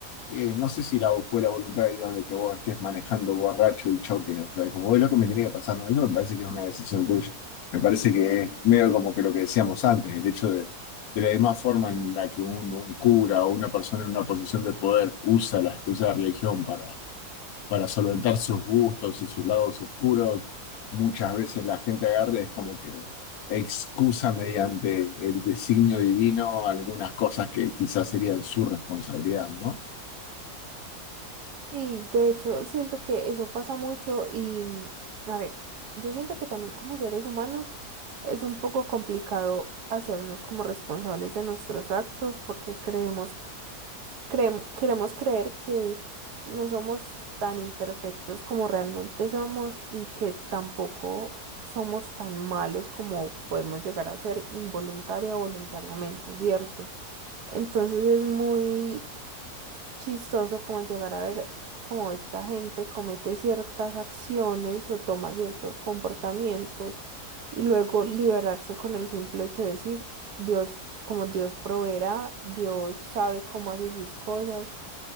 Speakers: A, on the left; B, on the right.
A: Eh, no sé si la, fue la voluntad de Dios de que vos estés manejando borracho y choques, o sea, como es lo que me tenía que pasar, ¿no? Eso me parece que es una decisión tuya. Me parece que es medio como que lo que decíamos antes, el hecho de, de la misma forma en la que un, un cura o una persona en una posición de poder usa la excusa de la religión para solventar sus gustos y sus lados oscuros. Muchas veces la gente agarra y es como que excusa mediante el designio divino algunas cosas que quizás serían su responsabilidad, ¿no?
B: Sí, de hecho, siento que eso pasa mucho y, mm, a ver, yo siento que también como seres humanos es un poco complicado hacernos como responsables de nuestros actos porque creemos, creem- queremos creer que no somos tan imperfectos como realmente somos y que tampoco somos tan malos como podemos llegar a ser involuntaria o voluntariamente, ¿cierto? Entonces es muy chistoso como el llegar a ver cómo esta gente comete ciertas acciones o toma ciertos comportamientos y luego liberarse con el simple hecho de decir, Dios, como Dios proveerá, Dios sabe cómo hace sus cosas,